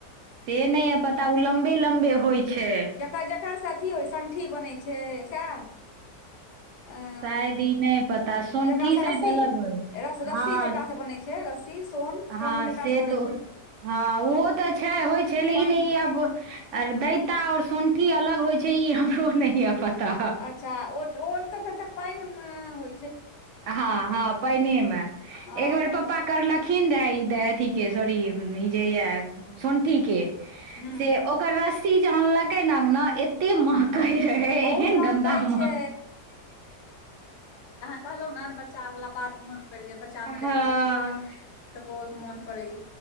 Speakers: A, on the right; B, on the left.
A: से नहि य पता ओ लम्बे लम्बे होइ छै
B: जकर जकरासँ अथी होइ सणठी बनै छै सएह एम
A: शायद ई नहि पता सोंठी
B: जकरा
A: शायद
B: स रस्सी
A: अलग होइत है
B: रस रस्सी
A: हँ
B: चका से बनै छै च रस शी सोन सोन
A: हँ
B: जकाँ
A: से
B: बनै
A: तऽ ओ
B: छै
A: हँ ओहो तऽ छै होइ छै लेकिन
B: पानि
A: ई आब आर दैता और संठी अलग होइ छै ई हमरो नहि ये पता
B: अचा ओ ओतऽ भर सक तक पायन मे हो
A: हँ हँ पायने मे
B: ओ
A: एक बेर पप्पा करलक िन अथी के सरी ई जे य सन्ठी के
B: हूँ
A: से ओकर रस्सी जे अनलकै नें अंगना एते मह कहि रहे
B: बहुत
A: एहन
B: महकै
A: गन्दा हम
B: छै कहलहु न त बच्चा वला बात मोन पड़ि गेल बच्चा मे
A: हँ
B: देखैत छियै तऽ बहुत मन पड़ैया